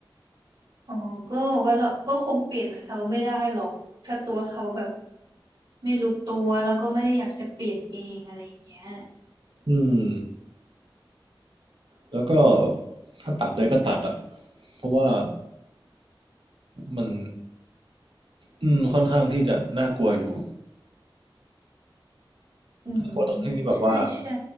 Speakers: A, on the right; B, on the right.
A: อ๋อก็บอกว่าเราก็คงเปลี่ยนเขาไม่ได้หรอกถ้าตัวเขาแบบไม่รู้ตัวแล้วก็ไม่ได้อยากจะเปลี่ยนเองอะไรอย่างเงี้ย
B: อืมแล้วก็ถ้าตัดได้ก็ตัดอะเพราะว่ามันอืมค่อนข้างที่จะน่ากลัวอยู่
A: อืม
B: กลัวตรงที่แบบว่า
A: ใช่ใช่